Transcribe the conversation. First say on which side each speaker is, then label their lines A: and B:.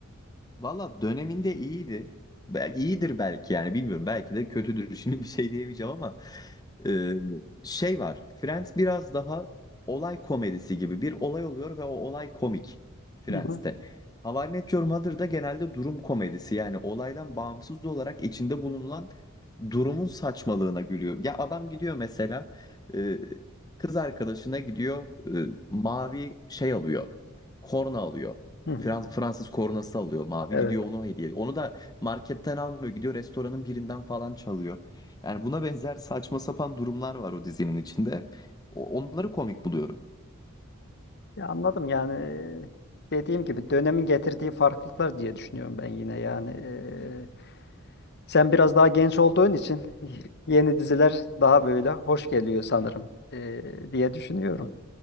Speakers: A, on the left; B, on the left.
A: Valla döneminde iyiydi. Bel iyidir belki yani bilmiyorum. Belki de kötüdür. <laughs> Şimdi bir şey diyemeyeceğim ama e, şey var. Friends biraz daha olay komedisi gibi. Bir olay oluyor ve o olay komik Friends'te.
B: Hı hı,
A: How I Met Your Mother'da genelde durum komedisi. Yani olaydan bağımsız olarak içinde bulunan durumun saçmalığına gülüyor. Ya adam gidiyor mesela e, kız arkadaşına gidiyor e, mavi şey alıyor. Korna alıyor.
B: hı hı.
A: Frans- Fransız kornası alıyor mavi
B: Evet.
A: gidiyor onu hediye. Onu da marketten almıyor gidiyor restoranın birinden falan çalıyor. Yani buna benzer saçma sapan durumlar var o dizinin içinde. O- onları komik buluyorum.
B: Ya anladım yani dediğim gibi dönemin getirdiği farklılıklar diye düşünüyorum ben yine yani. e, sen biraz daha genç olduğun için <laughs> yeni diziler daha böyle hoş geliyor sanırım e, diye düşünüyorum.
A: Abi,